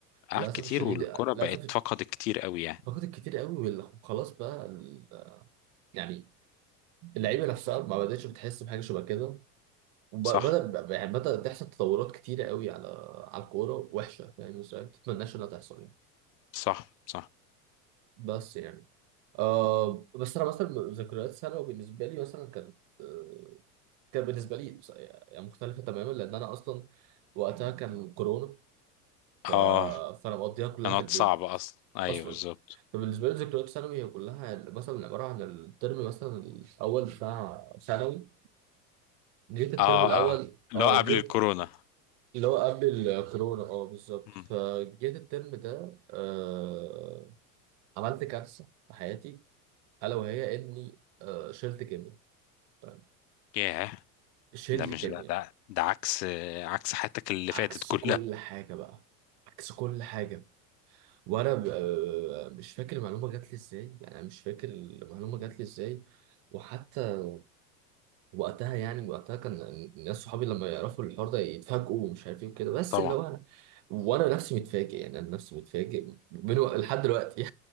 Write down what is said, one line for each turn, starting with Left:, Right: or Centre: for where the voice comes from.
Left: اه
Right: للاسف
Left: كتير
Right: الشديد
Left: والكرة
Right: للاسف
Left: بقت فقدت كتير قوي يعني
Right: فقدت كتير قوي وال- وخلاص بقى ال- يعني اللعيبه نفسها ما بداتش بتحس بحاجه شبه كده وبدأ
Left: صح
Right: يعني بدأت تحصل تطورات كتيرة قوي على على الكورة وحشة فاهم ازاي؟ ما تتمناش انها تحصل يعني
Left: صح صح
Right: بس يعني آه بس انا مثلا ذكريات ثانوي بالنسبة لي مثلا كانت آه كان بالنسبة لي بص- يعني مختلفة تماما لأن أنا أصلا وقتها كان كورونا ف...
Left: اه
Right: فأنا مقضيها كلها
Left: كانت
Right: في البيت
Left: صعبة اصلا ايوه
Right: أصلا
Left: بالظبط
Right: فبالنسبة لي ذكريات ثانوي هي كلها مثلا عبارة عن الترم مثلا الأول بتاع ثانوي جيت الترم
Left: اه
Right: الأول
Left: اه لا
Right: اه
Left: قبل
Right: جيت
Left: الكورونا
Right: اللي هو قبل الكورونا اه بالظبط
Left: مم.
Right: فجيت الترم ده آه عملت كارثة في حياتي ألا وهي إني آه شلت كيمياء طيب
Left: ياه
Right: شلت
Left: ده مش
Right: كيمياء
Left: ده ده, ده عكس عكس حياتك اللي
Right: عكس
Left: فاتت كلها
Right: كل حاجة بقى عكس كل حاجة وأنا ب- آه مش فاكر المعلومة جات لي إزاي يعني أنا مش فاكر المعلومة جات لي إزاي وحتى وقتها يعني وقتها كان الناس صحابي لما يعرفوا الحوار ده يتفاجئوا ومش عارف ايه وكده بس
Left: طبعا
Right: اللي هو انا وانا نفسي متفاجئ يعني انا نفسي متفاجئ من وق- لحد دلوقتي